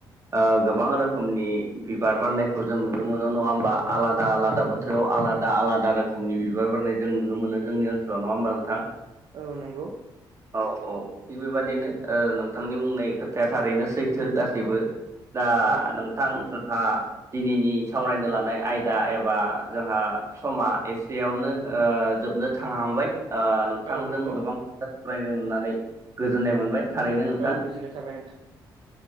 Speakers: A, on the right; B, on the right.
A: ओ गोबां रोखोमनि बिबार बारनायखौ जों नुनो मोनो नङा होमबा आलादा आलादा
B: औ
A: बोथोराव
B: नंगौ
A: आलादा आलादा रोखोमनि बि- बार बारनाय जों नुनो जोंनि ओनसोलाव नङा होमबा नोंथां
B: औ नंगौ
A: औ औ थिग बेबादिनो नोंथांनि बुंनाय खोथाया थारैनो सैथो गासैबो दा
B: औ
A: नोंथांमोनहा दिनैनि सावरायनो लानाय आयदा एबा जोंहा समा एसेयावनो ओ जोबनो थांहांबाय ओ नोंथांजों
B: औ नंगौ
A: गोबां सावरायनो मोननानै गोजोननाय मोनबाय थारैनो नोंथां
B: औ गोजोननाय थाबाय नोंथां